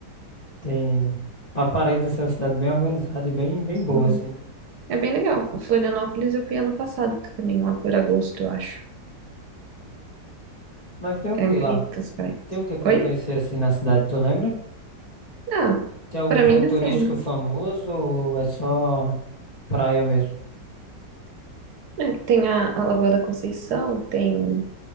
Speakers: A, on the left; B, on the right.
A: tem... Aparenta ser uma cidade bem organizada e bem, bem boa,
B: Hum.
A: assim, né?
B: É bem legal. O Florianópolis eu fui ano passado também, lá por agosto, eu acho.
A: Mas tem o
B: É
A: que
B: bonito
A: lá?
B: as praias.
A: Tem o que pra
B: Oi?
A: conhecer, assim, na cidade, tu lembra?
B: Ah,
A: Tem algum
B: pra
A: ponto
B: mim é
A: turístico
B: assim, né?
A: famoso ou é só praia mesmo?
B: É, tem a, a Lagoa da Conceição, tem